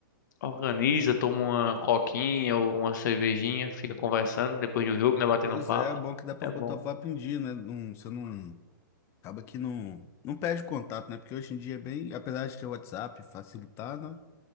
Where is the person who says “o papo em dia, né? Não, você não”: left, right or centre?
Left